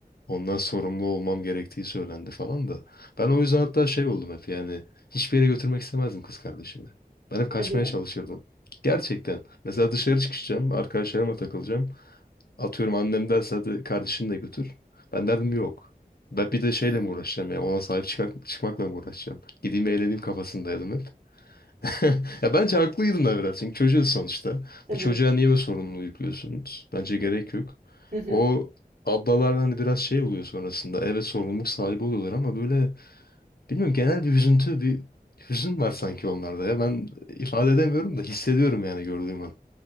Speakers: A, on the left; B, on the right.
A: ondan sorumlu olmam gerektiği söylendi falan da. Ben o yüzden hatta şey oldum hep yani hiçbir yere götürmek istemezdim kız kardeşimi. Ben hep kaçmaya
B: Hadi ya.
A: çalışırdım. Gerçekten. Mesela dışarı çıkacağım, arkadaşlarıma takılacağım. Atıyorum annem derse hadi kardeşini de götür. Ben derdim yok. Ben bir de şeyle mi uğraşacağım ya ona sahip çıkak- çıkmakla mı uğraşacağım? Gideyim eğleneyim kafasındaydım hep. <laughs> Ya bence haklıydın da biraz. Çünkü çocuğuz sonuçta.
B: Tabii.
A: Bir çocuğa niye bu sorumluluğu yüklüyorsunuz? Bence gerek yok.
B: Hı hı.
A: O ablalar hani biraz şey oluyor sonrasında. Evet sorumluluk sahibi oluyorlar ama böyle bilmiyorum genel bir üzüntü, bir hüzün var sanki onlarda ya. Ben ifade edemiyorum da hissediyorum yani gördüğüm an.